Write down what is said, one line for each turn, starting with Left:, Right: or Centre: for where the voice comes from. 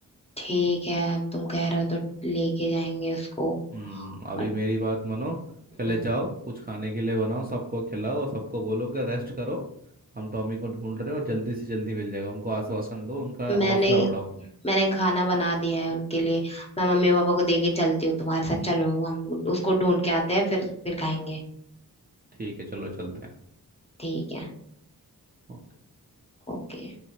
Left: ठीक है अब तुम कह रहे हो तो लेके जाएंगे उसको
Right: हम्म अभी
Left: बट
Right: मेरी बात मानो पहले
Left: हम्म,
Right: जाओ कुछ खाने के लिए बनाओ सबको खिलाओ और सबको बोलो कि रेस्ट करो हम टॉमी को ढूंढ रहे हैं और जल्दी से जल्दी मिल जाएगा उनको आश्वासन दो उनका
Left: मैंने
Right: हौसला बढ़ाओ
Left: मैंने खाना बना दिया है उनके लिए मैं मम्मी पापा को देके चलती हूँ तुम्हारे साथ चलो हम उसको ढूंढ के आते हैं फिर फिर खाएंगे
Right: ठीक है चलो चलते
Left: ठीक है
Right: हैं
Left: ओके